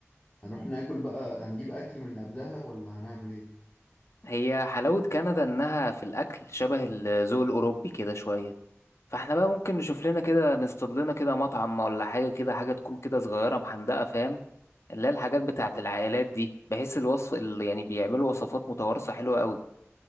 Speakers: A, on the left (about 25°); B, on the left (about 75°).
A: هنروح ناكل بقى هنجيب أكل من قبلها ولا هنعمل إيه؟
B: هي حلاوة كندا انها في الاكل شبه الذوق الاوروبي كده شوية فاحنا بقى ممكن نشوف لنا كده نصطاد لنا كده مطعم ولا حاجة كده حاجة تكون كده صغيرة محندقة فاهم اللي هي الحاجات بتاعت العائلات دي بحيث الوصف اللي يعني بيعملوا وصفات متوارثة حلوة قوي